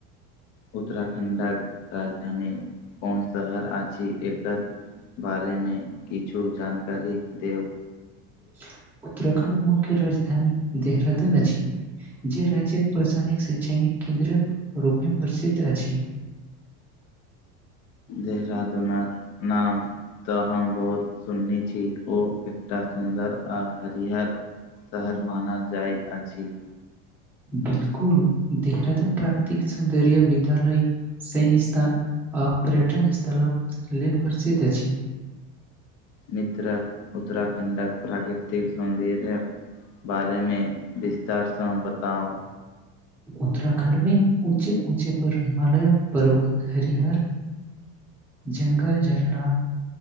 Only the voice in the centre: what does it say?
<inaudible> उत्तराखंड मुख्य राजधानी देहरादून अछि जे राज्य प्रशायनिक शैक्षणिक केन्द्रक रूपे प्रसिद्ध अछि
बिलकुल देहरादून प्राकृतिक सौन्दर्य विद्यालय सैन्य स्थान आ पर्यटन स्थलक लेल प्रसिद्ध अछि
उत्तराखण्डमे ऊँचे ऊँचे पर्व हिमालय पर्वत हरिहर जंगल झरना